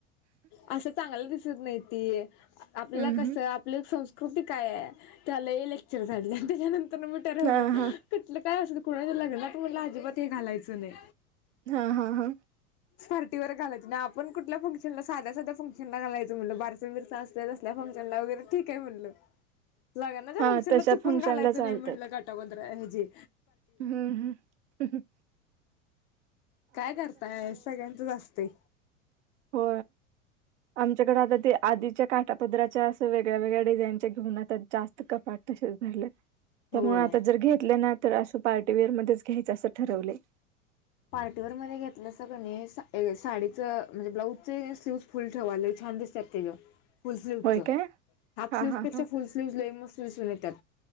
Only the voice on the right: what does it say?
हम्म
हम्म
हा हा
हा हा हा
हा
तशा
फंक्शनला
चालतात
हम्म हम्.
हो. आमच्याकडे आता ते आधीच्या काटापद्रच्या असं वेगळ्या वेगळ्या डिझाईनच्या घेऊन आतात जास्त कपाट तशच झाल्या. त्यामुळे
आता जर घेतलं ना तर असं पार्टीवेअर मध्येच घ्यायचं असं ठरवले.
होय काय
हा
हा हा